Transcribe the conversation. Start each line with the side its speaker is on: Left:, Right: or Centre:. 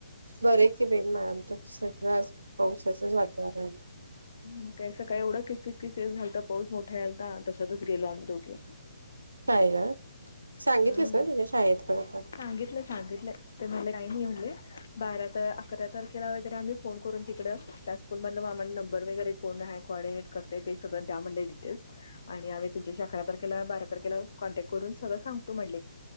Right: बरे कि बेन मॅमच सगळं पावसाचचं वातावरण
Left: ह काही सकाळी एवढं किच किच झालंत पाऊस मोठा यलतंय ना तशातचं गेलो आम्ही दोघे.
Right: काय रं सांगितलंस
Left: हम्म
Right: ना शाळेत पण आता.
Left: सांगितलं सांगितलं मला काही नाही. म्हटले बारा अकरा तारखेला वगैरे आम्ही.. फोन करून तिकडं त्या स्कूलमधलं आम्हाला नंबर वगैरे कोण आहे कॉर्डिनेट करतयं ते सगळं त्या दया म्हणलं डिटेल्स.. आणि आम्ही तुमच्याशी अकरा तारखेला बारा तारखेला कॉन्टॅक्ट करून सगळं सांगतो म्हणले.